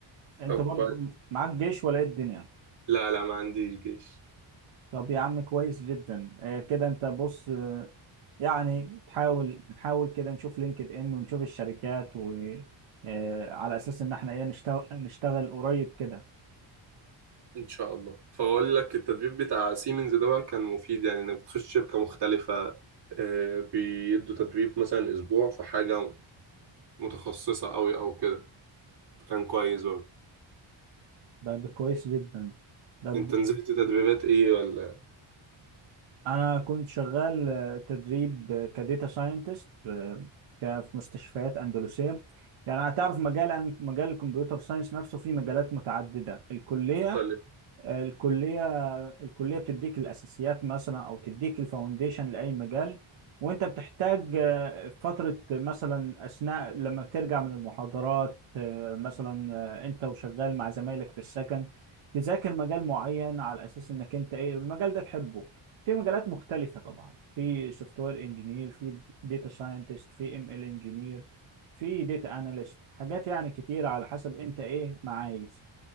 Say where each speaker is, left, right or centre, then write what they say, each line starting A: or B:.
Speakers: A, on the right (about 80°); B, on the right (about 55°).
A: انت
B: طب
A: برضو
B: كويس
A: معاك جيش ولا ايه الدنيا
B: لا لا ما عنديش جيش
A: طب يا عم كويس جدا آه، كده انت بص آه، يعني تحاول نحاول كده نشوف لينكد ان ونشوف الشركات و آه، على اساس ان احنا ايه نشتغل نشتغل قريب كده
B: ان شاء الله فبقول لك التدريب بتاع سيمنز ده بقى كان مفيد يعني انك بتخش شركة مختلفة آه، بيدوا تدريب مثلا اسبوع في حاجة متخصصة قوي او كده كان كويس برضه
A: ده ده كويس جدا ده
B: انت نزلت تدريبات ايه ولا
A: انا كنت شغال آه، تدريب آه، كديتا ساينتست في ك- في مستشفيات اندلسيه يعني هتعرف مجال مجال الكمبيوتر ساينس نفسه فيه مجالات متعدده الكليه
B: مختلف
A: الكلية الكلية بتديك الأساسيات مثلا أو تديك الفاونديشن لأي مجال وأنت بتحتاج آه، فترة مثلا أثناء لما بترجع من المحاضرات آه، مثلا آه، أنت وشغال مع زمايلك في السكن تذاكر مجال معين على أساس إنك أنت إيه المجال ده تحبه في مجالات مختلفة طبعا في سوفت وير انجينير في داتا ساينتست في ام ال انجينير في داتا اناليست حاجات يعني كتير على حسب انت ايه ما عايز